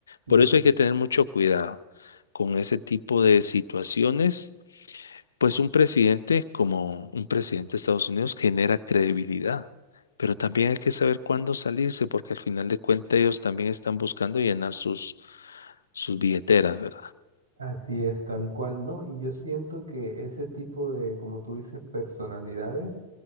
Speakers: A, on the right (about 70°); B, on the left (about 70°).
A: Y
B: Por eso hay que tener mucho cuidado con ese tipo de situaciones. Pues un presidente como un presidente de Estados Unidos genera credibilidad, pero también hay que saber cuándo salirse, porque al final de cuentas ellos también están buscando llenar sus, sus billeteras, ¿verdad?
A: así es, tal cual. No, y yo siento que ese tipo de, como tú dices, personalidades,